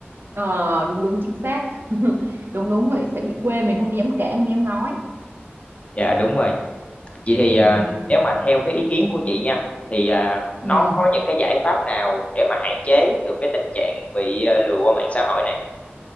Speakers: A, on the right; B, on the left.
A: Ờ, đúng đúng chính xác. <laughs> Đúng đúng vậy sẽ bị quê mình không dám kể, không dám nói.
B: dạ đúng rồi Vậy thì à,
A: Ừ,
B: nếu mà theo cái ý kiến của chị nha thì à,
A: ừ.
B: nó có những cái giải pháp nào để mà hạn chế được cái tình trạng bị à, lừa qua mạng xã hội này?